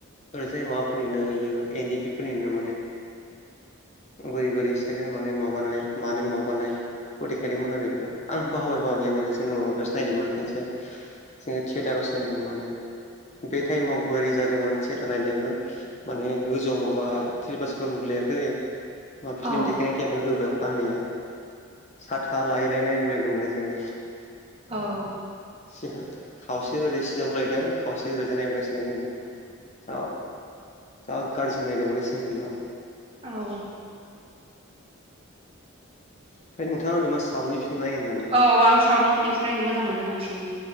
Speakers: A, on the left; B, on the right.
A: ओरैजाय माबाफोरनिनो इयो एन डि पि फोरनिनो माने बोरै बोरै इसोर माने माबानाय माने माबानाय खौ देखायदोंमोन आरो बेयाव आं बावबाय बावनाया माने जोङो माबायावसो नायदोंमोन खोनसे जोङो थियेटारावसो नायदोंमोन माने बे टाइमावबो ओरै जादोंमोन माने थियेटार नायनायाबो माने गोजौआव माबा थिर फाल सिरफाल बग्लायाखै मा फिल्म
B: औ
A: देखायनाय टाइमाव होबाय अखा हानाया साथा लायै लायै नायगु लायदों माने जोङो
B: औ
A: सि हो खावसे ओरै सिजागुलायदों खावसे ओरैजा नायगासिनो जोङो औ जा गाज्रि नायदोंमोन बै समाव बेयाव
B: औ
A: ओमफ्राय नोंथाङा होनदो मा साउदनि फिलिम नायो होननानै
B: औ आं साउथनि फिलिमसो नायनो मोजां मोनो बांसिन।